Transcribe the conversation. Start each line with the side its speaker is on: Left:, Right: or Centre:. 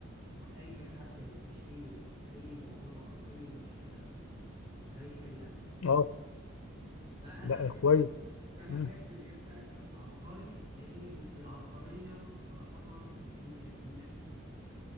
Right: واي حد هيستشيره في اي معضله او اي مشكله هيحلها
Left: اه
Right: فانا
Left: لا
Right: احب
Left: كويس
Right: فانا
Left: مم.
Right: احب اللي هي بتاعت تبقى عبقري لان ب- بالعبقريه صراحه الفلوس هتجيلك